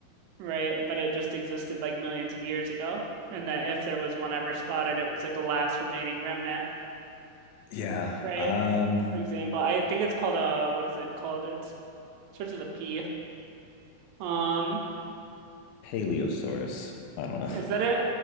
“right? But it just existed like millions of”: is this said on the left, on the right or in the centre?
Right